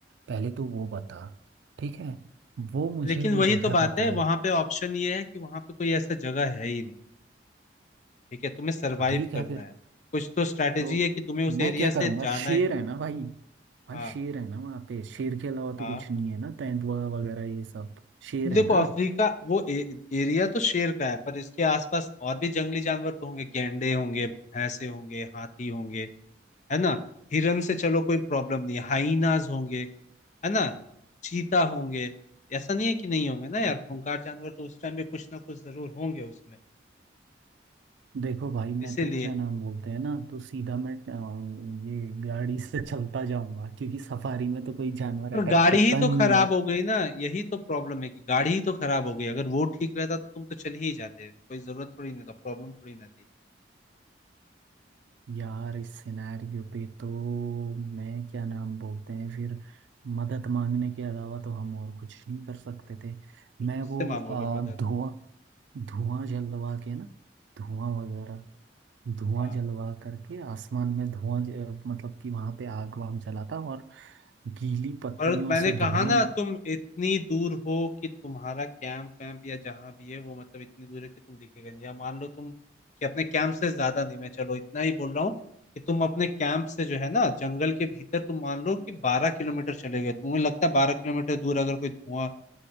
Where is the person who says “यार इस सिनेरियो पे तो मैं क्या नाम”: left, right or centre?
Right